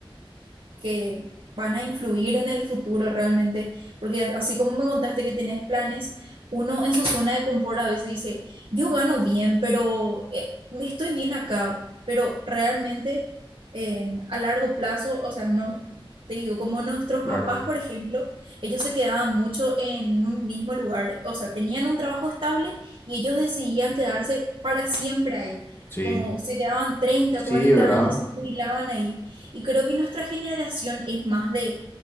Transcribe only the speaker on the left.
Claro,
sí,
sí,
¿verdad?